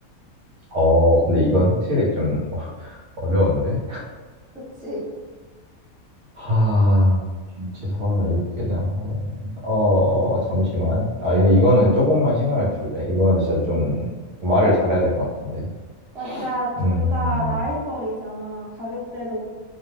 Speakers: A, on the right (about 65°); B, in the centre.
A: 어, 근데 이건 확실히 좀 <laughs> 어려운데?
B: 그치.
A: 하, 김치 사발면 육개장 사발면. 어, 잠시만. 아, 근데 이거는 조금만 시간을 줄래. 이거는 진짜 좀 말을 잘해야 될 것 같은데.
B: 맞아, 둘
A: 음,
B: 다 라이벌이잖아. 가격대도